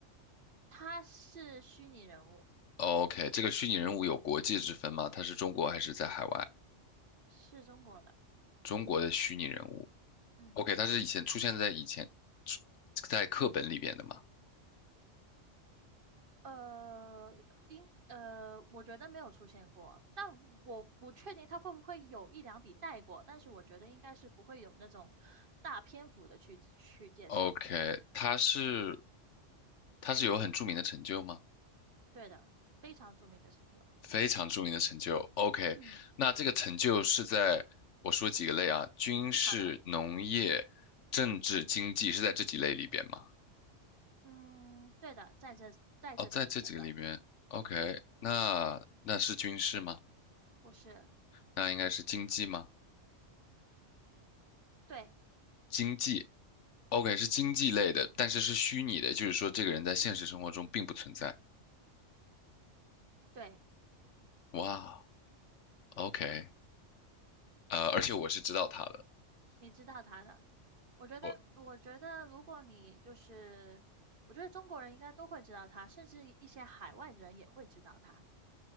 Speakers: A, on the right; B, on the left.
A: 他是虚拟人物，
B: ？OK，这个虚拟人物有国界之分吗？他是中国还是在海外？
A: 是中国的，
B: 中国的虚拟人物
A: 嗯。
B: ，OK，他是以前出现在以前出在课本里边的吗
A: 呃，应呃，我觉得没有出现过，但我不确定他会不会有一两笔带过，但是我觉得应该是不会有那种大篇幅的去去介绍。
B: ？OK，他是他是有很著名的成就吗？
A: 对的，非常著名的成就。
B: 非常著名的成就。OK，
A: 嗯，
B: 那这个成就是在我说几个类啊，军事、
A: 好的，
B: 农业、政治、经济是在这几类里边吗？
A: 嗯，对的，在这在这个里面的，
B: 哦，在这几个里边。OK，
A: 嗯，
B: 那那是军事吗？
A: 不是，
B: 那应该是经济吗？
A: 对，
B: 经济，OK，
A: 嗯，
B: 是经济类的，但是是虚拟的，就是说这个人在现实生活中并不存在。
A: 对，
B: 哇，OK，呃，而且我是知道他的，
A: 你知道他的。我觉得，
B: 我。
A: 我觉得如果你就是，我觉得中国人应该都会知道他，甚至一些海外的人也会知道他。